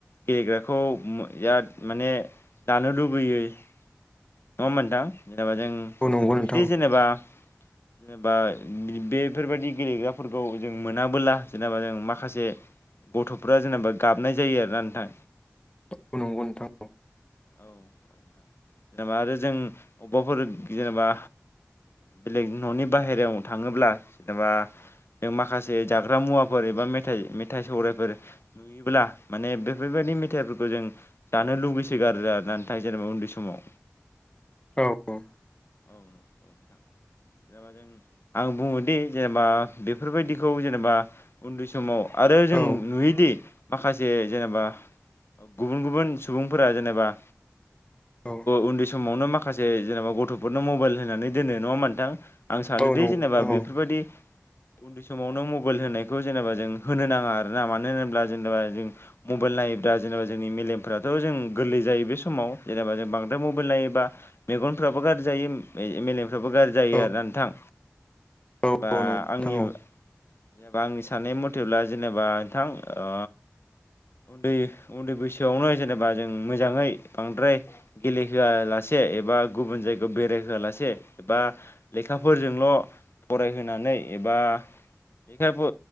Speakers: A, on the left; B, on the left.
A: गेलेग्राखौ बिराद माने लानो लुबैयो नङा होनबा नोंथां जेनेबा जों
B: औ नंगौ
A: नुयोदि
B: नोंथां
A: जेनेबा जेनेबा बेफोरबायदि गेलेग्राफोरखौ जों मोनाबोला जेनेबा जों माखासे गथ'फ्रा जेनेबा गाबनाय जायो आरोना नोंथां।
B: औ नंगौ नोंथां
A: औ नोंथां जेनेबा आरो जों अबेबाफोर जेनेबा बेलेग न'नि बाहेरायाव थाङो थाङोब्ला जेनेबा जों माखासे जाग्रा मुवाफोर एबा मेथाइ मेथाइ सौरायफोर नुयोब्ला माने बेफोरबायदि नि मेथाइफोरखौ जों जानो लुुबैसो गारो आरोना‌ नोंथां जेनेबा उन्दै समाव
B: औ औ
A: औ औ औदां <inaudible> जेनेबा जों आं बुङोदि जेनेबा बेफोरबायदिखौ जेनेबा उन्दै समाव आरो जों
B: औ
A: नुयोदि माखासे जेनेबा गुबुन गुबुन सुबुंफोरा जेनेबा
B: औ
A: उन्दै समावनो माखासे जेनेबा गथ'फोरनो मबाइल होनानै दोनो नङा होमबा नोथां आं सानोदि
B: औ नंगौ नोंथां
A: जेनेबा बेफोरबायदि
B: औ
A: उन्दै समावनो मबाइल होनायखौ जेनेबा जों होनो नाङा आरोना मानो होनोब्ला जेनेबा जों मबाइल नाय नाय जेनेबा जोंनि मेलमफोराथ' जों गोरलै जायो बे समाव जेनेबा जों बांद्राय बांद्राय मबाइल नायोब्ला मेगनफ्राबो गाज्रि जायो मेलेम बे फ्राबो गाज्रि जायो
B: औ
A: आरोना नोंथां
B: औ
A: जेनेबा
B: नंगौ नोंथां
A: आंनि
B: औ
A: जेनेबा आंनि साननाय मथेब्ला जेनेबा नोंथां ओ उन्दै उन्दै बैसोआवनो जेनेबा जों मोजाङै बांद्राय गेलेहोआलासे एबा गुबुन जायगायाव बेरायहोआलासे एबा लेखाफोरजोंल' फरायहोनानै एबा लेखा ओ